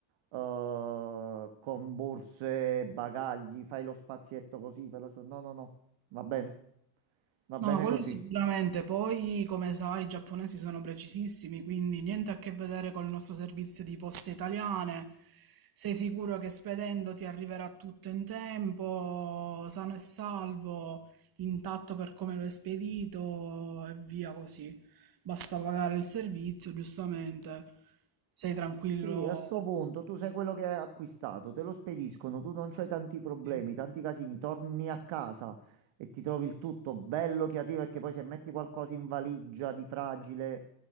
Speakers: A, on the right; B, on the right.
A: eh, con borse, bagagli, fai lo spazietto così, fai lo sp- No, no, no, va bene, va
B: No,
A: bene
B: ma quello
A: così.
B: sicuramente. Poi, come sai, i giapponesi sono precisissimi, quindi niente a che vedere col nostro servizio di poste italiane. Sei sicuro che spedendo ti arriverà tutto in tempo, sano e salvo, intatto per come lo hai spedito e via così. Basta pagare il servizio, giustamente. Sei tranquillo.
A: Sì, a sto punto tu sei quello che hai acquistato, te lo spediscono, tu non c'hai tanti problemi,
B: Sì,
A: tanti casini, torni a casa e ti trovi il tutto bello che arriva e che poi se metti qualcosa in valigia di fragile